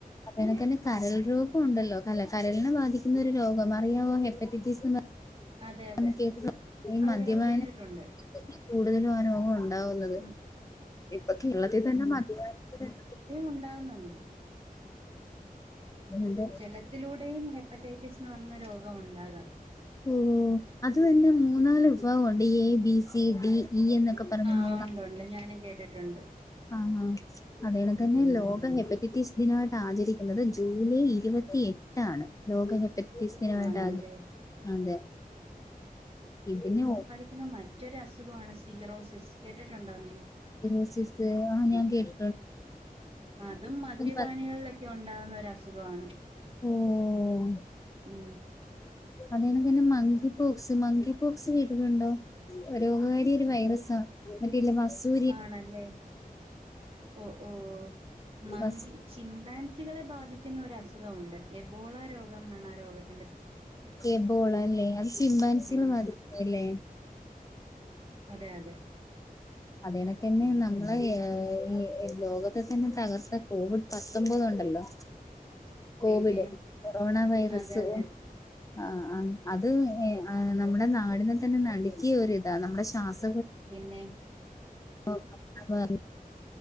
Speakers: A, on the left (about 20°); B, on the right (about 40°).
A: അപ്പനൊക്കെ തന്നെ കരൽ രോഗം ഉണ്ടല്ലോ കല കരളിനെ ബാധിക്കുന്നൊരു രോഗം അറിയാവോ ഹെപ്പറ്റൈറ്റീസ്
B: അതെ അതെ
A: അ കേട്ടിട്ട് ഈ മദ്യപാനം
B: അറിയാം കേട്ടിട്ടുണ്ട്
A: കൂടുതലും അവനൊള്ളു. ന്നതാവുന്നത്
B: ഉം
A: ഇപ്പൊ കേരളത്തിൽ തന്നെ മദ്യപാനം.
B: ഉണ്ടാവുന്നുണ്ട്.
A: മദ്യ
B: ജലത്തിലൂടെയും ഹെപ്പറ്റൈറ്റിസ് എന്ന പറയ രോഗം ഉണ്ടാകാം
A: ഓഹ് അത് തന്നെ മൂന്നാല് വിഭാഗംഉണ്ട് A B C D. E എന്നൊക്കെ പറഞ് മു
B: ആഹ് ഉണ്ട് ഉണ്ട് ഞാൻ കേട്ടിട്ടുണ്ട്.
A: ആഹ് ആഹ് അതേതക്കെന്നെ
B: ഉം
A: ലോകം ഹെപ്പറ്റൈറ്റീസ് ദിനയിട്ട് ആചരി ന്നത് ജൂലൈ ഇരുപത്തി എട്ടാണ് ലോക ഹെപ് ത്ട് ആദ്യം
B: ആണല്ലേ
A: അതെ ഇതിന്
B: പിന്നെ മറ്റൊരു അസുഗാണ് സീറോസിസ് കേട്ടിട്ടുണ്ടോ നീ?
A: സിറോസിസ് ആഹ് ഞാൻ കേട്ടി
B: അതും മദ്യപാനികളിലൊക്കെ
A: പറ
B: ഉണ്ടാവുന്ന ഒരു അസുഖാണ്.
A: ഉം
B: ഉം.
A: അതണക്ക തന്നെ മങ്കി പോക്സ് മങ്കി പോക്സ് കേട്ടിട്ടുണ്ടോ. ഗകാരിയ ഒരു വൈറസാ. മറ്റേല്ല മസൂ.
B: ആണല്ലേ ഓ ഓ മങ്കി.
A: വസ്
B: ചിംബാൻസികളെ ബാധിക്കുന്ന ഒരു അസുഖം ഉണ്ട് എബോള രോഗം എന്നാണ് ആ രോഗത്തി.
A: എബോള അല്ലേ അത് ച്ചിംബാൻസിൽ
B: ഉം
A: മതില്ലേ.
B: അതെ അതെ.
A: പിണക്കന്നെ.
B: ഉം
A: നമ്മളെ ഈ ലോകത്തെ തന്നെ തകർത്ത കോവിഡ് പത്തൊമ്പത് ഉണ്ടല്ലോ. കോവിഡ്
B: പിന്നെ
A: കൊറോണ വൈറസ്.
B: അതെ അതെ
A: ആ ആ അത് നമ്മുടെ നാടിനെ തന്നെ നടുക്കിയ ഒരിതാ നമ്മുടെ ശ്വാസ
B: പിന്നെ.
A: <unintelligible>